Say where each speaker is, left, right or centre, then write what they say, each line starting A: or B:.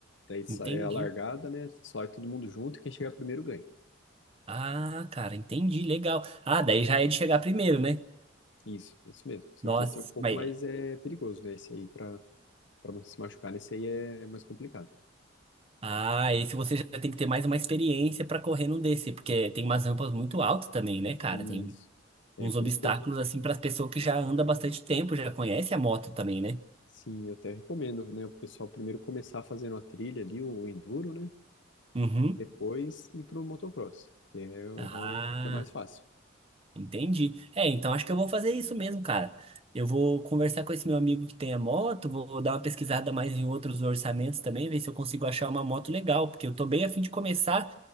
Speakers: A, on the left (about 70°); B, on the right (about 30°).
A: Daí sai
B: Entendi.
A: a largada, né? Sai todo mundo junto e quem chegar primeiro ganha.
B: Ah, cara, entendi, legal. Ah, daí já é de chegar primeiro, né?
A: Isso, é isso mesmo. Só
B: Nossa,
A: que esse é um pouco
B: mas
A: mais é, perigoso, né? Esse aí, pra, pra se machucar, esse aí é é mais complicado.
B: Ah, esse você já tem que ter mais uma experiência pra correr num desse, porque tem umas rampas muito altas também, né, cara?
A: Isso.
B: Tem
A: É,
B: uns
A: por
B: obstáculos
A: isso que eu,
B: assim para as pessoas que já andam bastante tempo, já conhece a moto também, né?
A: sim, eu até recomendo, né, o pessoal primeiro começar fazendo a trilha ali, o enduro, né?
B: Uhum.
A: Depois ir pro motocross, que é,
B: Ah,
A: é o acho que é mais fácil.
B: entendi. É, então acho que eu vou fazer isso mesmo, cara. Eu vou conversar com esse meu amigo que tem a moto, vou dar uma pesquisada mais em outros orçamentos também, ver se eu consigo achar uma moto legal, porque eu tô bem a fim de começar.